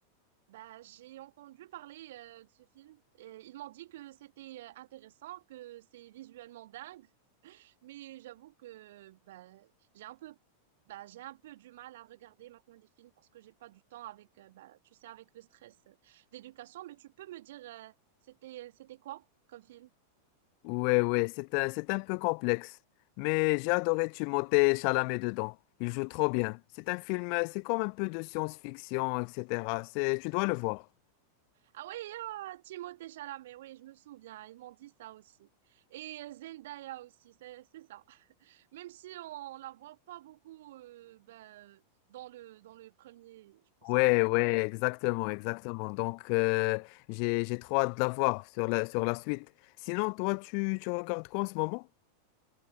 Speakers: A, on the right (about 55°); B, on the left (about 45°).
A: Bah j'ai entendu parler euh, de ce film et ils m'ont dit que c'était euh, intéressant, que c'est visuellement dingue, mais j'avoue que bah j'ai un peu bah j'ai un peu du mal à regarder maintenant des films parce que j'ai pas du temps avec euh, bah tu sais avec le stress euh, d'éducation, mais tu peux me dire euh, c'était c'était quoi comme film?
B: Ouais, ouais, c'est un, c'est un peu complexe. Mais j'ai adoré Timothée Chalamet dedans. Il joue trop bien. C'est un film, euh, c'est comme un peu de science-fiction, etc. C'est, tu dois le voir.
A: Ah oui, ah, Timothée Chalamet, oui, je me souviens, ils m'ont dit ça aussi. Et euh, Zendaya aussi, c'est c'est ça. Même si on la voit pas beaucoup euh, ben, dans le dans le premier, je pense
B: Ouais,
A: que
B: ouais, exactement,
A: ouais.
B: exactement. Donc, euh, j'ai, j'ai trop hâte de la voir sur la, sur la suite. Sinon, toi, tu, tu regardes quoi en ce moment?